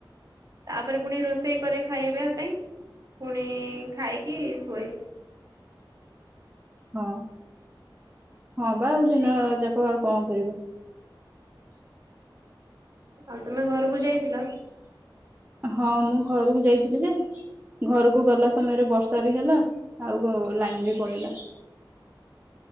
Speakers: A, on the right; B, on the right.
A: ତାପରେ ପୁଣି ରୋଷେଇ କରେ ଖାଇବା ପାଇଁ ପୁଣି ଖାଇକି କି ଶୁଏ।
B: ହଁ ହଁ ବା ଆଉ ଦିନ ଯାକ ଆଉ କଣ କରିବ?
A: ଆଉ ତମେ ଘରକୁ ଯାଇଥିଲ?
B: ହଁ ମୁଁ ଘରକୁ ଯାଇଥିଲି ଯେ ଘରକୁ ଗଲା ସମୟରେ ବର୍ଷା ବି ହେଲା ଆଉ ଗ ଲାଇନ ବି ପଳେଇଲା।